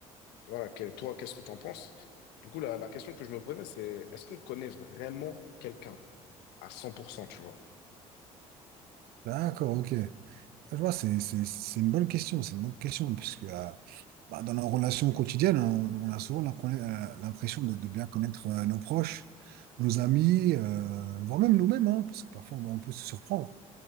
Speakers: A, on the left (about 65°); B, on the right (about 60°).
A: voilà, que- toi, qu'est-ce que tu en penses? Du coup, la, la question que je me posais, c'est est-ce qu'on connaît vraiment quelqu'un à cent pour cent tu vois?
B: D'accord, ok. Ah, Je vois, c'est c'est- c'est une bonne question. C'est une bonne question, puisque euh, bah, dans nos relations quotidiennes, on, on a souvent l'impre- euh, l'impression de, de bien connaître euh, nos proches, nos amis, euh, voire même nous-mêmes, hein, parce que parfois on peut se surprendre.